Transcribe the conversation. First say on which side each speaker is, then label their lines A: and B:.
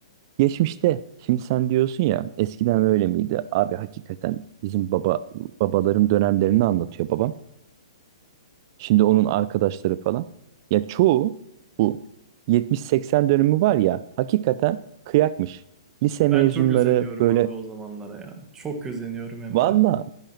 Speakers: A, on the right (about 45°); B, on the right (about 15°).
A: Geçmişte şimdi sen diyorsun ya eskiden öyle miydi? Abi hakikaten bizim baba babaların dönemlerini anlatıyor babam. Şimdi onun arkadaşları falan. Ya çoğu bu 70-80 dönümü var ya hakikaten kıyakmış. Lise mezunları
B: Ben çok özeniyorum
A: böyle
B: abi o zamanlara ya. Çok özeniyorum hem
A: valla
B: de.